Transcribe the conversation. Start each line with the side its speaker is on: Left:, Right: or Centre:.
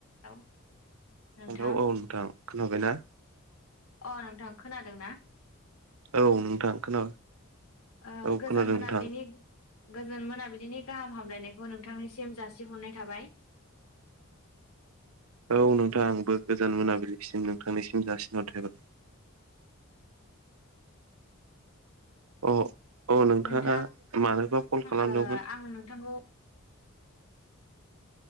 Left: हेलौ नोंथां
Right: हेलौ औ नोंथां खोनाबयना?
Left: अ नोंथां खोनादों ना?
Right: औ नोंथां खोना
Left: अ
Right: औ
Left: गोजान
Right: खोनादों
Left: मोनाबिलिनि
Right: नोंथां
Left: गोजोन मोनाबिलिनि गाहाम हामलायनायखौ नोंथांनिसिम जासिहरनाय थाबाय। <inaudible>
Right: औ नोंथां बो गोजान मोनाबिलिसिम नोंथांनिसिम जासिनहरथायबा। अ अ नोंथाङा
Left: नोंथां
Right: मानोबा कल खालामदोंमोन?
Left: ओ आं नोंथांखौ